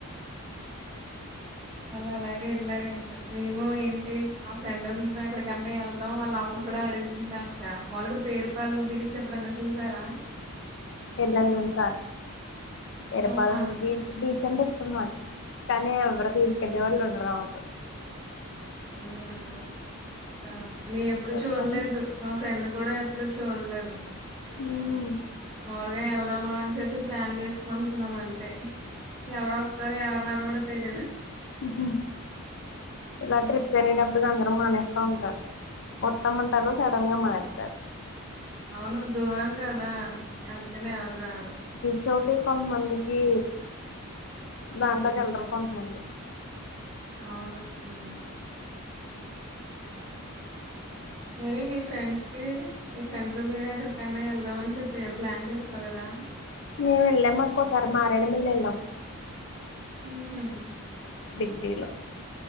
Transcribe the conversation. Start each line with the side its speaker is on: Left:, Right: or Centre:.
Right: వాళ్ళు అలాగే వెళ్లారు ఇంకా మేము ఏంటి మా ఫ్రెండ్ మేము ఎక్కడికంట వెళ్దాం వాళ్ళ అమ్మ కూడా అడుగుతుంద అంట మలగా పేరుపాలెం బీచ్ ఎప్పుడన్నా చూసారా
Left: ఏల్లాము రెండు సార్లు ఎడపాలం
Right: ఆహా
Left: బీచ్ బీ చ్ అంటే ఇష్టం నాకు కానీ ఎవరు తీసుకెళ్లే వాళ్ళు ఉండరు అనమాట
Right: ఉమ్ ఆ అ ఆమ్ నీ ఎప్పుడు
Left: పేరుపాలెం
Right: చూడలేదు మా ఫ్రెండ్ కూడా ఎప్పుడు చూడలేదు
Left: మవును
Right: మాములుగా వెళ్దామా అని చెప్పి ప్లాన్ చేసుకుంటున్నాం అంతే ఎవరు వస్తారు ఎవరూ రారు కూడా తేలదు
Left: హూ హుమ్ ఇలా
Right: హ్మ్.
Left: ట్రిప్స్ వెళ్ళినప్పుడుకి అందరూ మానేస్తా ఉంటారు మొత్తం అంటారు సడన్ గా మానేస్తారు
Right: అవును దూరం కాద్ దా అందుకనే ఎవరు రారు
Left: చోటి కొంతమందికి దాంట్లో
Right: ఉమ్
Left: కి వెళ్ళలరు కొంతమంది
Right: అవును అండీ మరి మీ ఫ్రెండ్స్ కి మీ ఫ్రెండ్స్ మీరూ ఎక్కడికన్నా వెళ్దామని చెప్పి ఏం ప్లాన్ చేసుకోలేదా
Left: మేము వెళ్ళాం అక్క ఒకసారి మారేడుమిల్ వెళ్ళిన్నాం
Right: హు హుమ్
Left: డిగ్రీలో